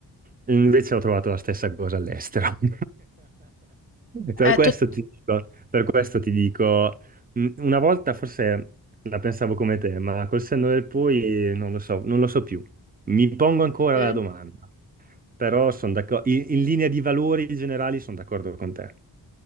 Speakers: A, on the right; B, on the left.
A: Invece ho trovato la stessa cosa all'estero. <laughs> Per
B: È
A: questo
B: tut-
A: ti dico, per questo ti dico, mh, una volta forse la pensavo come te, ma col senno del poi non lo so, non lo so più. Mi pongo ancora
B: Mm.
A: la domanda, però sono d'accordo, in, in linea di valori generali sono d'accordo con te.